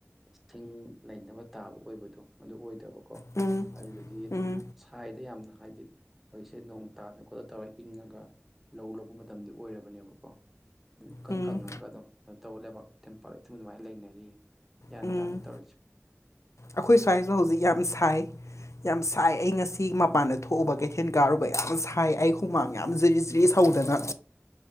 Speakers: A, in the centre; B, on the left.
A: ꯏꯁꯤꯡ ꯂꯩꯅꯕ ꯇꯥꯕ ꯑꯣꯏꯕꯗꯣ ꯑꯗꯨ ꯑꯣꯏꯗꯕꯀꯣ
B: ꯎꯝ
A: ꯑꯗꯨꯗꯒꯤ ꯒꯤ ꯑꯗꯨꯝ
B: ꯎꯝ
A: ꯁꯥꯏꯗ ꯌꯥꯝꯅ ꯍꯥꯏꯗꯤ ꯍꯧꯖꯤꯛꯁꯦ ꯅꯣꯡ ꯇꯥꯅ ꯈꯣꯠꯂ ꯇꯧꯔ ꯏꯪꯉꯒ ꯂꯧ ꯂꯣꯛꯄ ꯃꯇꯝꯗꯤ ꯑꯣꯏꯔꯕꯅꯦꯕꯀꯣ ꯑꯗꯨꯝ ꯏꯀꯪ
B: ꯎꯝ
A: ꯀꯪꯉꯒ ꯑꯗꯨꯝ ꯇ ꯂꯩꯕꯥꯛ ꯇꯦꯝꯄꯥꯛ ꯏꯊꯨꯝ ꯑꯗꯨꯃꯥꯏꯅ ꯂꯩꯅꯔꯤ ꯒ꯭ꯌꯥꯟ
B: ꯎꯝ
A: ꯇꯥꯗ ꯇꯧꯔꯤꯁꯦ
B: ꯑꯩꯈꯣꯏ ꯁ꯭ꯋꯥꯏꯁꯨ ꯍꯧꯖꯤꯛ ꯌꯥꯝ ꯁꯥꯏ ꯌꯥꯝ ꯁꯥꯏ ꯑꯩ ꯉꯁꯤ ꯃꯄꯥꯟꯗ ꯊꯣꯛꯎꯕ ꯀꯩꯊꯦꯜ ꯀꯥꯔꯨꯕ ꯌꯥꯝ ꯁꯥꯏ ꯑꯩ ꯍꯨꯃꯥꯡ ꯌꯥꯝ ꯖꯤꯔꯤ ꯖꯤꯔꯤ ꯁꯧꯗꯅ